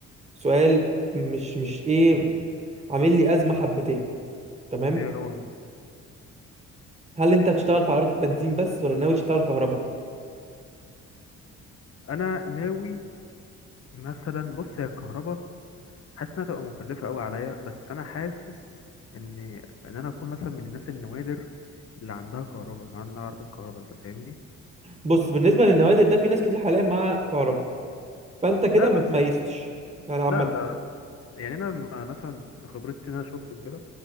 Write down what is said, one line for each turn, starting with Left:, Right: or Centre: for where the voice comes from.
Right: سؤال مش مش ايه عامل لي ازمه حبتين تمام
Left: ايه هو مثلا
Right: هل انت هتشتغل في عربيه بنزين بس ولا ناوي تشتغل كهرباء
Left: انا ناوي مثلا بص هي الكهرباء حاسس انها تبقى مكلفه قوي عليا بس انا حاسس ان ان انا اكون مثلا من الناس النوادر اللي عندها كهرباء انا عندي عربيه كهرباء انت فاهمني
Right: بص بالنسبه للنوادر ده في ناس كتير حاليا مع كهرباء فانت كده
Left: لا بس
Right: ما تميزتش يعني عامه
Left: لا لا لا. يعني انا م- مثلا بخبرتي ان انا شفته وكده